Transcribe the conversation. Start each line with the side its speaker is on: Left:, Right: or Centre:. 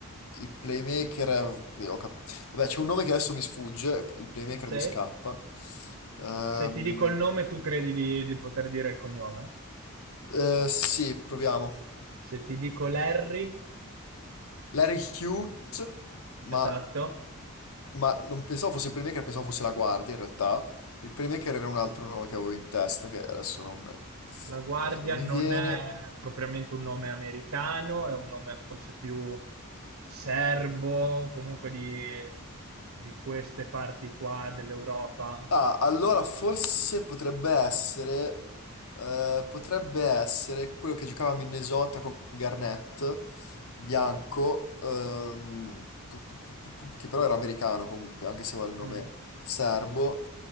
Left: il playmaker, eh, ho cap- vabbè, c'è un nome che adesso mi sfugge, il playmaker
Right: Sì.
Left: mi scappa. Ehm,
Right: Se ti dico il nome, tu credi di, di poter dire il cognome?
Left: Eh, sì, proviamo.
Right: Se ti dico Larry,
Left: Larry Hughes, ma,
Right: esatto,
Left: ma non pensavo fosse il playmaker, pensavo fosse la guardia in realtà. Il playmaker era un altro nome che avevo in testa, che adesso non, eh,
Right: la guardia
Left: non mi
Right: non
Left: viene.
Right: è propriamente un nome americano, è un nome forse più serbo, comunque di, di queste parti qua dell'Europa.
Left: Ah, allora forse potrebbe essere, eh, potrebbe essere quello che giocava a Minnesota con Garnett. bianco, ehm, pu- pu- pu- pu- pu- che però era americano comunque, anche se aveva il nome
Right: Mm.
Left: serbo.